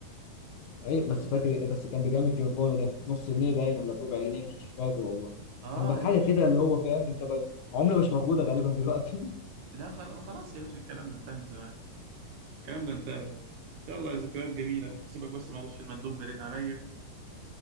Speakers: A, on the left; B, on the right.
A: ايوه بس فاكر بس كان بكام الكيميكون ده نص جنيه باين ولا بربع جنيه مش فاكر والله
B: اه
A: كان بحاجه
B: يا
A: كده
B: باشا
A: اللي
B: آه.
A: هو فاهم انت بقى عمله مش موجوده غالبا دلوقتي <laughs>
B: لا خلاص خلاص يا باشا الكلام ده انتهى من زمان الكلام ده انتهى يلا يا ذكريات جميله هسيبك بس معلش المندوب بيرن عليا